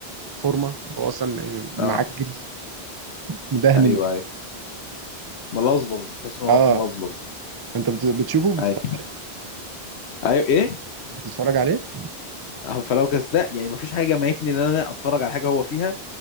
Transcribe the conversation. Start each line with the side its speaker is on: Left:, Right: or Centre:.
Right: فورمه هو اصلا يعني معجل
Left: اه
Right: مدهن
Left: ايوه
Right: كده
Left: ايوه ملظلظ تحس ان هو
Right: اه
Left: ملظلظ
Right: انت بت- بتشوفه بتتفرج,
Left: ايوه ايوه ايه
Right: بتتفرج عليه
Left: احمد فلوكس ده يعني مفيش حاجة جمعتني ان انا اتفرج على حاجة هو فيها